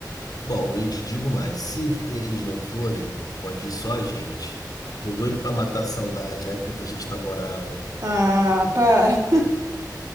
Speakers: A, on the left; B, on the right.
A: Bom, eu te digo mais, se eles não forem, pode ir só a gente. Tô doido pra matar a saudade, a época que a gente namorava.
B: Ah, para. <laughs>